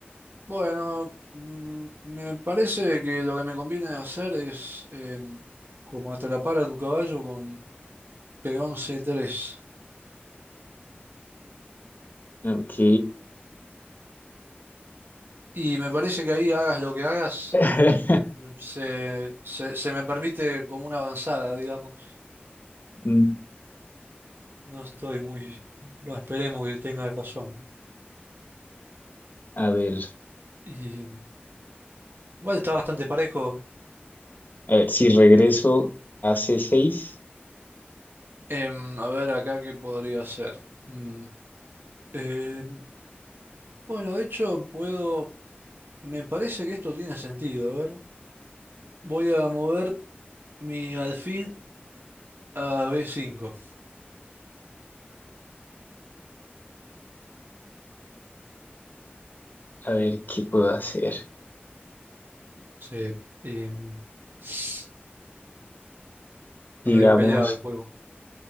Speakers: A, on the right (about 60°); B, on the left (about 50°).
A: Bueno, mm, me parece que lo que me conviene hacer es em, como atrapar a tu caballo con peón c tres
B: Ok.
A: Y me parece que ahí hagas lo que hagas,
B: <laughs>
A: mm, se, se, se me permite como una avanzada, digamos.
B: Mm,
A: No estoy muy... No esperemos que tenga razón.
B: A ver.
A: Y mm, igual está bastante parejo.
B: A ver, si regreso
A: ¿Qué sé yo?
B: a c seis
A: Em, a ver acá qué podría hacer. Mm, em, bueno, de hecho puedo... Me parece que esto tiene sentido. A ver, voy a mover... Mi alfil a b cinco
B: a ver qué puedo hacer.
A: Sí. Y, mm, está medio
B: Digamos,
A: peleado el juego.